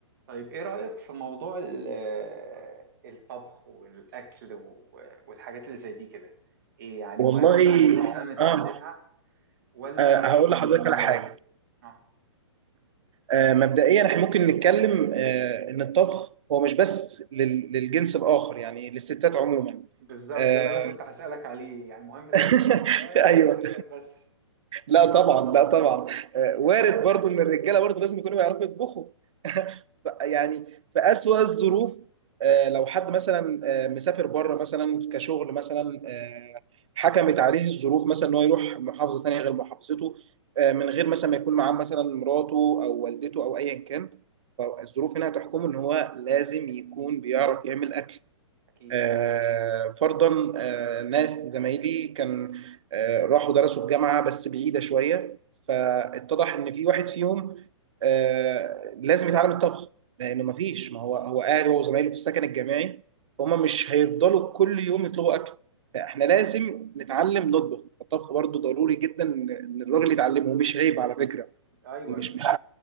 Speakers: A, on the right; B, on the right.
A: طيب ايه رأيك في موضوع ال- آه، الطبخ والأكل و- والحاجات اللي زي دي كده ايه يعني
B: والله
A: مهمة ان احنا نتعلمها
B: اه
A: ولا
B: آه،
A: عادي
B: هقول لحضرتك
A: دي
B: على حاجه
A: اه
B: آه، مبدئيا احنا ممكن نتكلم آه، ان الطبخ هو مش بس لل- للجنس الاخر يعني للستات عموما
A: بالظبط
B: آه،
A: ده اللي انا كنت هسألك عليه يعني مهم للرجالة
B: <laughs>
A: كمان ولا
B: ايوه
A: الستات بس
B: لا طبعا لا طبعا آه، وارد برضو ان الرجاله برضو لازم يكونوا بيعرفوا يطبخوا <laughs> ف- يعني في اسوأ الظروف آه، لو حد مثلا آه، مسافر بره مثلا كشغل مثلا آه، حكمت عليه الظروف مثلا ان هو يروح محافظه ثانيه غير محافظته آه، من غير مثلا ما يكون معاه مثلا مراته او والدته او ايا كان فالظروف هنا هتحكمه ان هو لازم يكون بيعرف يعمل اكل
A: اكيد
B: آه، فرضا آه، ناس زمايلي كان آه، راحوا درسوا في جامعة بس بعيدة شوية فاتضح ان في واحد فيهم آه، لازم يتعلم الطبخ لانه ما فيش ما هو هو قاعد هو وزمايله في السكن الجامعي فهم مش هيفضلوا كل يوم يطلبوا اكل فاحنا لازم نتعلم نطبخ الطبخ برضو ضروري جدا ان إن الراجل يتعلمه ومش عيب على فكرة
A: ايوه
B: مش
A: اكيد
B: مش